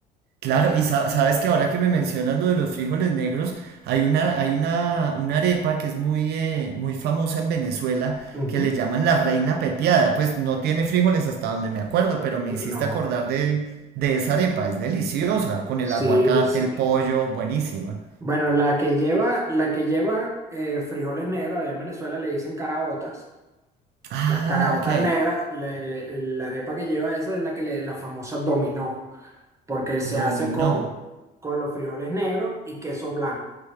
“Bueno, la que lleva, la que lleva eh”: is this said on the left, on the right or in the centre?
Right